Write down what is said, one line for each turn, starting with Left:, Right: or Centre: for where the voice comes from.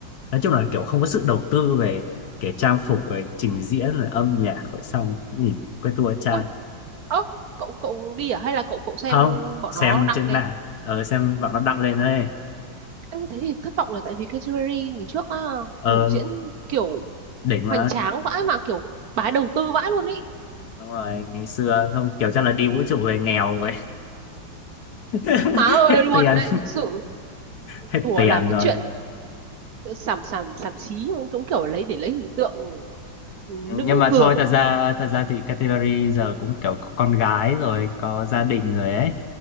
Left: nói chung là kiểu không có sự đầu tư về cái trang phục rồi trình diễn rồi âm nhạc rồi xong nhìn cái tour chán
Right: ôi ơ cậu cậu đi à hay là cậu cậu xem
Left: không
Right: bọn
Left: xem
Right: nó đăng
Left: trên
Right: lên
Left: mạng ờ, xem bạn nó đăng lên đấy
Right: em thế thì thất vọng là tại vì cái Jewelry ngày trước á,
Left: ờ,
Right: biểu diễn kiểu
Left: đỉnh mà
Right: hoành tráng vãi mà kiểu bà ấy đầu tư vãi luôn ấy
Left: đúng rồi ngày xưa không kiểu chắc là đi vũ trụ về nghèo rồi <laughs>
Right: má
Left: hết
Right: ơi luôn
Left: tiền
Right: đấy thực sự
Left: hết
Right: đùa
Left: tiền
Right: làm cái
Left: rồi
Right: chuyện sàm sàm sàm xí cũng cũng kiểu lấy để lấy hình tượng nữ
Left: Ừ, nhưng mà
Right: cường
Left: thôi thật ra
Right: nữa.
Left: thật ra thì Katy Perry giờ cũng kiểu có con gái rồi có gia đình rồi ấy